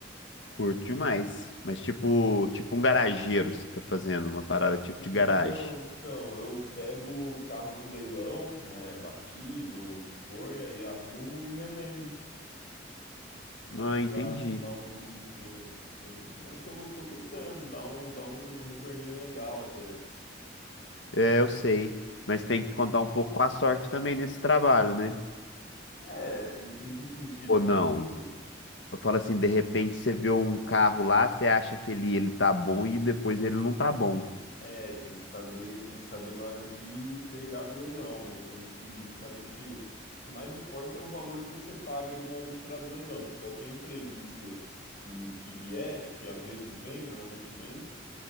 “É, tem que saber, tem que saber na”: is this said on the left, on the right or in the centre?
Left